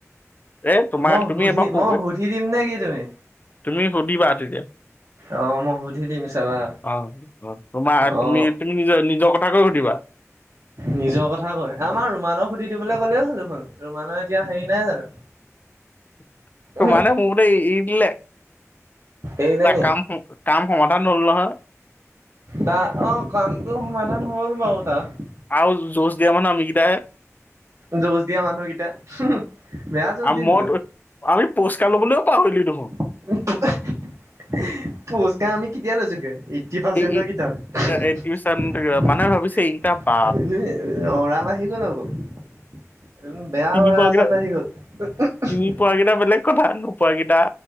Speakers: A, on the left (about 35°); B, on the right (about 70°).
A: এ তোমাক
B: মই
A: তুমি
B: সুধি,
A: এবাৰ সু-
B: মই সুধি দিম নে কি তুমি?
A: তুমি সুধিবা তেতিয়া
B: অ মই সুধি দিম চাবা
A: অ, তোমাৰ
B: অ
A: তুমি, তুমি নিজৰ, নিজৰ কথা কাকৈ ঘধিবা
B: নিজৰ কথা কয় আমাৰ ৰুমানক সুধি দিবলৈ ক'লেও দেখোন ৰুমানৰ এতিয়া হেৰি নাই জানো।
A: ত,
B: উম
A: মানে মৰে ইল
B: এৰিলে
A: তাৰ
B: নি
A: কাম, কাম সমাধান হলো নহয়।
B: তাৰ অ, কামটো সমাধান হ'ল বাৰু তাত।
A: আহ জোশ দিয় মানেমকদ
B: যুজ দিয়া মানুহকেইটা বেয়া যুজ
A: আৰু
B: দিলো।
A: মই আমি পুৰস্কাৰ ল'বও পাহৰিলি নহয়।
B: পুৰস্কাৰ আমি কেতিয়া লৈছোগে। এইট্টি
A: এই
B: পাৰ্চেণ্টৰ
A: এ টিউচন
B: কিতাপ
A: মানুহে ভাবিছে ইটা বা
B: এ, অৰা আহি গ'ল আকৌ। উম, বেয়া
A: চিনি
B: কৰাৰা
A: পোৱা
B: আছ
A: কেইটা
B: আহি গ'ল।
A: চিনি পোৱা কেইটা বেলেগ কথা নোপোৱা কেইটা